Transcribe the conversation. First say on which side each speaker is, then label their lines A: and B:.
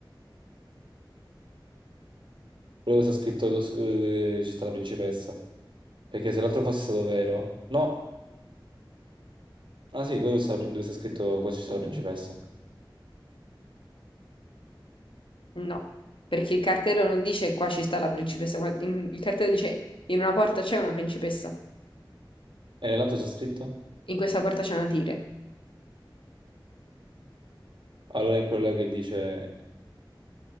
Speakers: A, on the right; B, on the left.
A: Quello che sta scritto su- eh, ci sta la principessa. Perché se l'altro fosse stato vero... No! Ah sì, quello che sta- dove sta scritto qua ci sta la principessa.
B: No, perché il cartello non dice qua ci sta la principessa, qua- in- il cartello dice in una porta c'è una principessa,
A: E nell'altro sta scritto?
B: in questa porta c'è una tigre.
A: Allora in quello che dice...